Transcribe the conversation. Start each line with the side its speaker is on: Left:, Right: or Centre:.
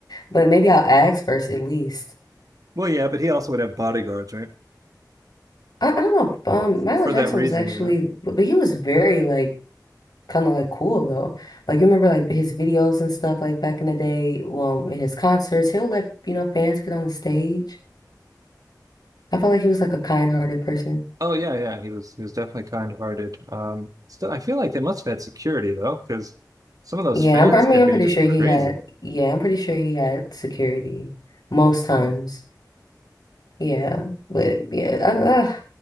Left: But maybe I'll ask first at least.
Right: Well, yeah, but he also would have bodyguards, right?
Left: I, I don't know. Um, Michael
Right: For
Left: Jackson
Right: that reason,
Left: was actually,
Right: you know.
Left: but he was very like kind of like cool though. Like you remember like his videos and stuff like back in the day, um, in his concerts, he'll let you know fans get on the stage. I felt like he was like a kind-hearted person.
Right: Oh yeah, yeah. He was he was definitely kind-hearted. Um, still, I feel like they must have had security though, because some of those
Left: Yeah,
Right: fans
Left: I'm, I mean,
Right: could
Left: I'm
Right: be
Left: pretty
Right: just
Left: sure he
Right: crazy.
Left: had. Yeah, I'm pretty sure he had security most times.
Right: Um,
Left: Yeah, but yeah, I don't know.